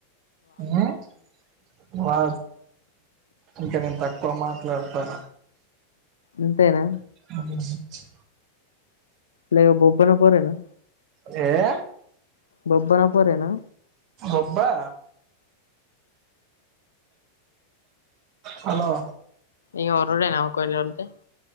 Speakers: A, on the right; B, on the left.
A: హ్మ్మ్ <unintelligible> వా ఇంకా, నేను తక్కువ మా లోపల
B: ఇంతేనా
A: <unintelligible>
B: లే బొబ్బన పోరేనా
A: ఏ
B: బొబ్బర పోరేనా
A: ఒబ్బా హలో
B: ఇ వరడే నావ కొంచెం ఉంటే